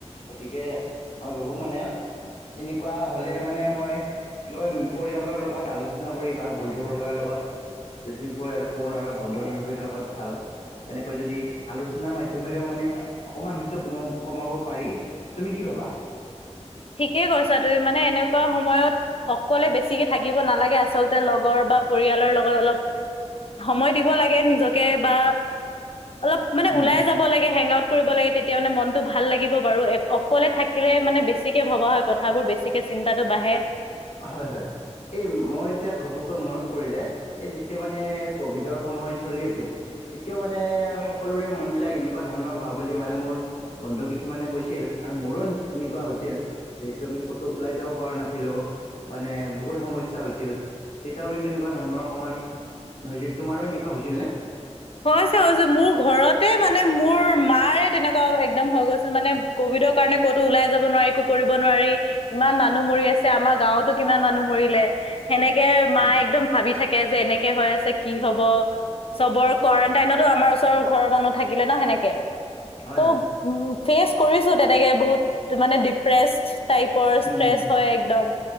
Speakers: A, on the left; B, on the left.
A: গতিকে মই ভাবোঁ মানে এনেকুৱা হ'লে মানে মই। কি হয় পৰিয়ালৰ লগত আলোচনা কৰি বা বন্ধুবৰ্গৰ লগত। যদি পৰিৱালক ক'ব নোৱাৰা বন্ধু বান্ধৱীৰ লগত ভাল। তেনেকৈ যদি আলোচনাৰ মাধ্যমেৰেও মানে অকমান হয়তো কম কমাব পাৰি। তুমি কি ভাবা।
B: ঠিকে কৈছা তুমি মানে এনেকুৱা সময়ত অকলে বেছিকে থাকিব নালাগে আচলতে লগৰ বা। পৰিয়ালৰ লগত অলপ সময় দিব লাগে নিজকে বা। অলপ মানে
A: উম
B: ওলাই। যাব লাগে সেংৱাড কৰিব লাগে তেতিয়া মানে মনতটো ভাল লাগিব বাৰু অকলে থাকিলে মানে বেছ। ছিকে ভবা হয় কথাবোৰ বেছিকে চিন্তাটো বাঢ়ে।
A: হয় হয় এই মই এতিয়া ঘপকৈ মনত পৰিলে। এ যেতিয়া মানে কভিডৰ সময় চলি আছিল। তেতিয়াও মানে সকলোৰে মন বিলাক এনেকুৱা ধৰণৰ হোৱা বুলি মানে মোৰ। বন্ধু কিছুমানে কৈছিল আৰু মোৰও এনেকুৱা হৈছিল। যিহেতু আমি ক'তো ওলাই যাব পৰা নাছিলো। মানে বহুত সমস্যা হৈছিল তেতিয়াও কিন্তু এনেকুৱা ধৰণৰ অকমান। হৈছিল তোমাৰো এনেকুৱা হৈছিলনে।
B: হৈছে হৈছে মোৰ ঘৰতে মানে মোৰ মাৰে তেনেকুৱা একদম হৈ গৈছিল মানে কভিডৰ কাৰণে ক'তো ওলাই যাব নোৱাৰি একো কৰিব নোৱাৰি। ইমান মানুহ মৰি আছে আমাৰ গাঁৱতো কিমান মানুহ মৰিলে। সেনেকে মাই
A: উম,
B: একদম ভাবি থাকে যে এনেকে হৈ আছে কি হব চবৰ কোৱাৰেণ্টাইনতো আমাৰ ওচৰৰ ঘৰৰ মানুহ থাকিলে ন সেনেকে
A: হয়
B: ত'
A: হয়
B: উ ফেচ কৰিছো তেনেকে বহুত মানে ডিপ্ৰেচ টাইপৰ
A: উম
B: ষ্ট্ৰেছ
A: উম
B: হয় একদম